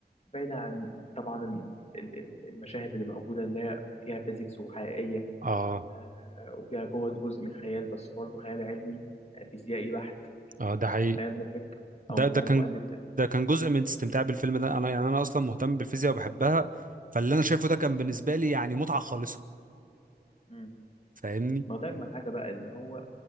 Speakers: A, on the left (about 40°); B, on the right (about 50°).
A: بعيد عن طبعا الم- ال- ال- المشاهد اللي موجودة اللي هي فيها فيزيكس وحقيقية
B: اه
A: آه، وفيها جوه جزء من الخيال بس برضه خيال علمي آه، فيزيائي بحت مش
B: اه
A: بي-
B: ده
A: مش
B: حقيقي
A: من خيال مخرج
B: ده
A: او من
B: ده
A: خيال
B: كان
A: مؤلف
B: ده كان جزء من استمتاع بالفيلم ده انا يعني انا اصلا مهتم بالفيزياء وبحبها فاللي انا شايفه ده كان بالنسبه لي يعني متعه خالصه
A: مم.
B: فاهمني
A: ما ده اجمل حاجه بقى ان هو